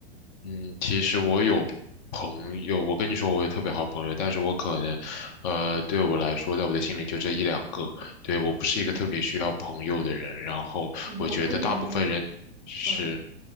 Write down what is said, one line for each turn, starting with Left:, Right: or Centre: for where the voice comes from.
Left: 嗯，其实我有朋友，我跟你说我有特别好朋友，但是我可能，呃，对我来说，在我的心里就这一两个，对，我不是一个特别需要朋友的人，
Right: 嗯，
Left: 然后我觉得大部分人是，
Right: 嗯，我可以理解你。嗯